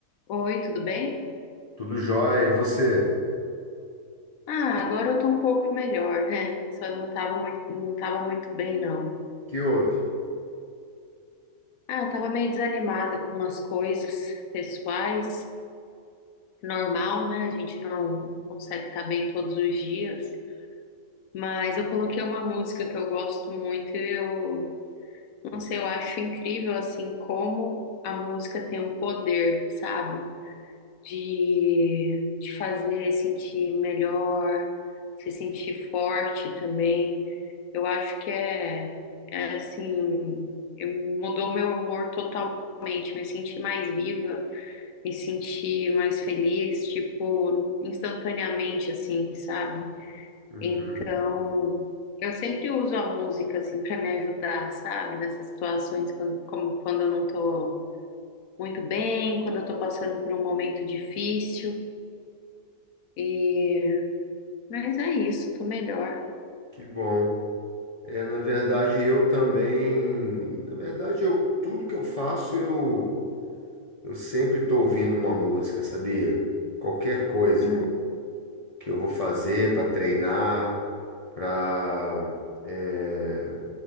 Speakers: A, on the left (about 70°); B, on the left (about 30°).
A: Oi, tudo bem?
B: Tudo jóia. E você?
A: Ah, agora eu tô um pouco melhor, né? Só não tava muito, não tava muito bem, não.
B: Que houve?
A: Ah, eu tava meio desanimada com umas coisas pessoais, normal, né? A gente não consegue estar bem todos os dias. Mas eu coloquei uma música que eu gosto muito e eu, não sei, eu acho incrível, assim, como a música tem um poder, sabe? De te fazer sentir melhor, se sentir forte também. Eu acho que é, é assim, eu- mudou meu humor totalmente. Me senti mais viva, me senti mais feliz, tipo, instantaneamente, assim, sabe?
B: Uhum,
A: Então, eu sempre uso a música, assim, para me ajudar, sabe? Nessas situações, quando, como quando eu não tô muito bem, quando eu tô passando por um momento difícil. E... Mas é isso, tô melhor.
B: Que bom. É, na verdade, eu também. Na verdade, eu, tudo que eu faço, eu, eu sempre estou ouvindo uma música, sabia? Qualquer coisa
A: Hum,
B: que eu vou fazer para treinar, para. É,